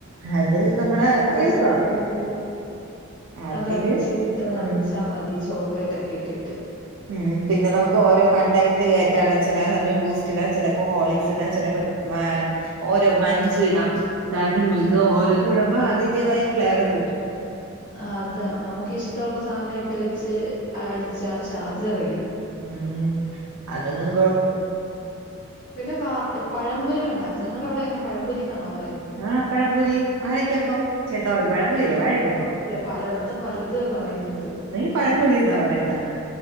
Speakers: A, on the right (about 85°); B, on the left (about 40°).
A: അത് നമ്മളെ
B: ഐസ്
A: എളുപ്പം
B: കട്ട ആയി ട്ട്
A: അതിന്
B: അത് മിക്സിയിലിട്ട് ഒന്ന്
A: ഉം
B: അടിച്ചാ മതി ചോക്ലേറ്റ് ഒക്കെ ഇട്ടിട്ട്
A: ഉം പിന്നെ നമുക്ക് ഓരോ കണ്ടങ്ങത് കേറ്റാലോ ചെല സമയം ബൂസ്റ്റ് ഇടാൻ ചെലപ്പോ ഹോർളിക്സ് ഇടാൻ ചെലപ്പോ മാ ഓരോ മഞ്ച് ഇടാം ഡയറി മിൽ ക്ക് ഓരോന്നും
B: അത്
A: ഇടുമ്പോ അതിന്റേതായ ഫ്ലേവർ കിട്ടും.
B: ആ അതാ നമുക്കിഷ്ട്ടൊള്ള സാധനം ഇട്ട് വെച്ച് അടിച്ചാ ഷാർജ റെഡി.
A: ഉം അതൊന്നും കൊഴപ്പല്ല
B: പിന്നെ വ പഴംപൊരി ഒണ്ടാക്കും നിങ്ങടെ അവിടെ എങ്ങന പഴംപൊരീന്നാണോ പ
A: ആഹപഴംപൊരി വാഴയ്ക്കാപ്പം ഛെ സോറി പഴംപൊരി അല്ലേ വാഴയ്ക്കാപ്പം
B: പലടത്തും പലത് പറയുന്നത്
A: നീ പഴംപൊരിന്നാ പറയുന്ന